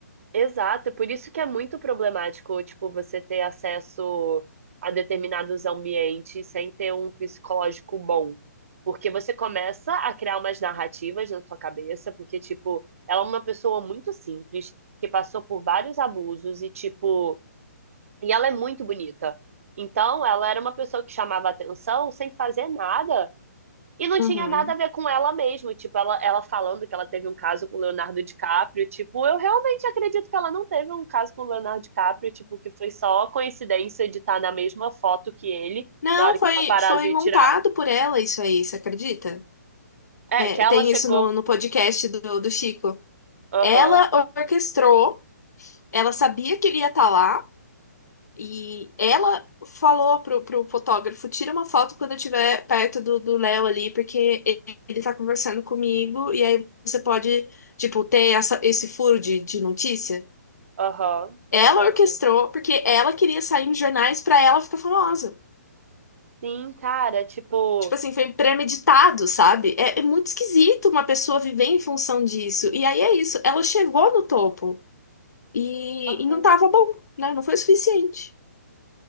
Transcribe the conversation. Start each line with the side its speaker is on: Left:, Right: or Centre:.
Right: Exato, por isso que é muito problemático, tipo, você ter acesso a determinados ambientes sem ter um psicológico bom. Porque você começa a criar umas narrativas na sua cabeça, porque, tipo, ela é uma pessoa muito simples, que passou por vários abusos e, tipo, e ela é muito bonita. Então, ela era uma pessoa que chamava atenção sem fazer nada. E não
Left: Uhum.
Right: tinha nada a ver com ela mesmo. Tipo, ela, ela falando que ela teve um caso com o Leonardo DiCaprio. Tipo, eu realmente acredito que ela não teve um caso com o Leonardo DiCaprio. Tipo, que foi só coincidência de estar na mesma foto que ele.
Left: Não,
Right: Na hora
Left: foi,
Right: que o paparazzi
Left: foi
Right: ia
Left: montado
Right: tirar.
Left: por ela isso aí, você acredita?
Right: É,
Left: É,
Right: que ela
Left: tem
Right: chegou.
Left: isso no, no podcast do, do Chico.
Right: Aham,
Left: Ela orquestrou. Ela sabia que ele ia estar lá e ela falou pro, pro fotógrafo: tira uma foto quando eu estiver perto do, do Léo ali, porque ele, ele tá conversando comigo e aí você pode, tipo, ter essa, esse furo de, de notícia.
Right: aham,
Left: Ela
Right: aham.
Left: orquestrou porque ela queria sair nos jornais pra ela ficar famosa.
Right: Sim, cara, tipo.
Left: Tipo assim, foi premeditado, sabe? É, é muito esquisito uma pessoa viver em função disso. E aí é isso, ela chegou no topo e,
Right: Aham.
Left: e não tava bom, né? Não foi o suficiente.